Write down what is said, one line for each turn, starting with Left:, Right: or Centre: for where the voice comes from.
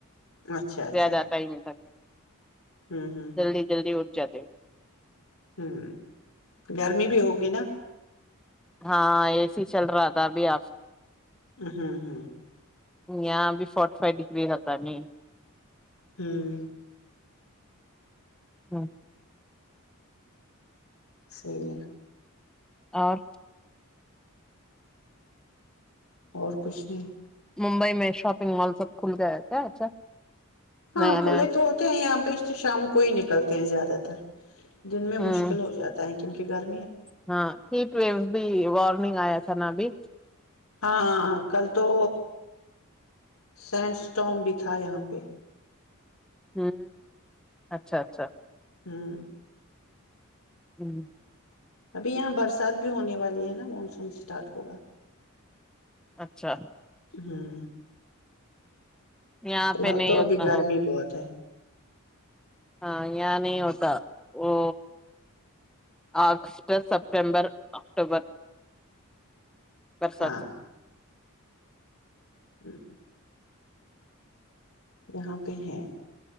Left: اچھا اچھا
Centre: زیادہ ٹائم تک
Left: ہوں ہوں
Centre: جلدی جلدی ہو جاتات
Left: ہوں گرمی بھی ہوگی نا
Centre: ہاں اے سی چل رہا تھا ابھی آ
Left: ہمم ہمم
Centre: اں بھی فورٹی فائیو ڈیگریتا نہیں
Left: ہمم
Centre: ہم
Left: صیی ہے
Centre: آر
Left: اور کچھ نہیں
Centre: ممبئی میں شاپنگ مال سب کھل گیا کیا اچھا
Left: ہاں
Centre: نیا نیا
Left: کھلے تو ہوتے ہیں یہاں پہ اس لیے شام کوئی نکل نکلتے ہیں زیادہ تر دن میں
Centre: ہ
Left: مشکل ہو جاتا ہے کیونکہ گھر
Centre: ہاں ہیٹ ویو بھی وارننگ آیا چنا بھی
Left: ہاں ہاں کل تو سینٹ اسٹوم بھی تھا یہاں پہ
Centre: ہمم اچھا اچھا
Left: ہمم
Centre: ہمم
Left: ابھی یہاں برسات بھی ہونے والی ہے نا اسٹارٹ ہوگا
Centre: اچھا
Left: ہوں
Centre: یہاں
Left: فی الحال
Centre: پہ نہیں
Left: تو
Centre: اتنا
Left: ابھی گرمی
Centre: ہوتا
Left: بہت ہے
Centre: ہاں یہاں نہیں ہوتا وہ آ سپٹمبر اکٹوبر برسات
Left: ہاں
Centre: سے
Left: ہ ہ یہاں پہ ہیں